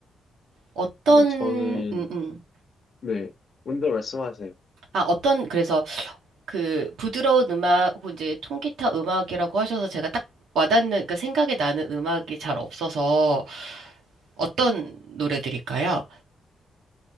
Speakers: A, on the right; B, on the left.
A: 어떤,
B: 근데 저는,
A: 음, 음.
B: 네, 먼저 말씀하세요.
A: 아, 어떤, 그래서 그 부드러운 음악, 혹은 이제 통기타 음악이라고 하셔서 제가 딱 와닿는, 그러니까 생각이 나는 음악이 잘 없어서 어떤 노래들일까요?